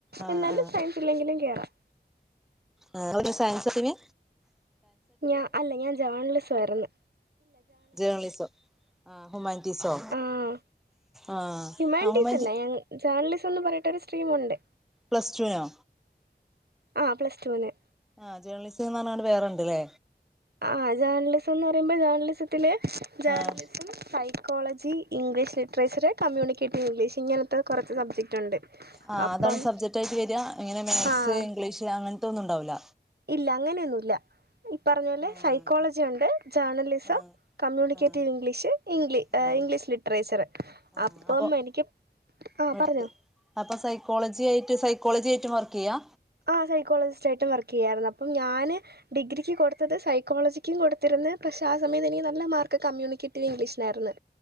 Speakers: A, in the centre; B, on the right.
A: ആഹ്
B: എന്നാലും സയൻസ് ഇല്ലെങ്കിലും കേറാം
A: ആ <inaudible> സയൻസ് എടുത്തേനി
B: ഞാ അല്ല ഞാൻ ജേണലിസം ആയ്ര്ന്ന്
A: ജേർണലിസം ആ ഹ്യുമാനിറ്റീസോ
B: ആഹ്
A: ആ ആ
B: ഹ്യൂമാനിറ്റീസ്
A: ആ ഹ്യുമാനിറ്റി
B: അല്ല ഞാൻ ജേർണലിസം ന്ന് പറഞ്ഞിട്ട് ഒരു സ്ട്രീമുണ്ട്
A: പ്ലസ്റ്റൂനോ
B: ആ പ്ലസ് ടുന്ന്
A: ആ ജേണലിസം എന്ന് പറഞ്ഞാണ്ട് വേറെണ്ട്ല്ലേ
B: ആ ജേർണലിസം എന്ന് പറയുമ്പോ ജേർണലിസത്തിൽ journalism
A: ആഹ്
B: psychology English literature communicative English ഇങ്ങനത്തെ കുറച്ച്സബ്ജെക്റ്റ് ഉണ്ട്
A: ആ്
B: അപ്പം
A: അതാണ് സബ്ജെക്ട് ആയിട്ട് വരുവാ ഇങ്ങനെ മാത്‍സ്
B: ആഹ്
A: ഇംഗ്ലീഷ് അങ്ങനത്തെ ഒന്നും ഉണ്ടാവില്ല
B: ഇല്ല അങ്ങനെയൊന്നുമല്ല ഈ പറഞ്ഞ പോലെ
A: ആഹ്
B: സൈക്കോളജി ഉണ്ട് ജേർണലിസം
A: ആഹ്
B: കമ്മ്യൂണിക്കേറ്റീവ്
A: ആഹ്
B: ഇംഗ്ലീഷ് ഇംഗ്ല്
A: ആഹ്
B: ഇംഗ്ലീഷ് ലിറ്ററേച്ചറ്
A: ആഹ്
B: അപ്പം
A: അപ്പൊ
B: എനിക്ക് ആഹ
A: മെഡിക്കൽ
B: പറഞ്ഞോ
A: അപ്പൊ സൈക്കോളജി ആയിട്ട് സൈക്കോളജി ആയിട്ടും വർക്ക് ചെയ്യാ
B: ആ സൈക്കോളജിസ്റ്റ് ആയിട്ടും വർക്ക് ചെയ്യാായിരുന്നു അപ്പം ഞാന് ഡിഗ്രിക്ക് കൊടുത്തത് സൈക്കോളജിക്കും കൊടുത്തിരുന്ന് പക്ഷേ ആ സമയത്ത്
A: ആഹ്
B: എനിക്ക് നല്ല മാർക്ക് കമ്മ്യൂണിക്കേറ്റീവ് ഇംഗ്ലീഷിലാ യിരുന്ന്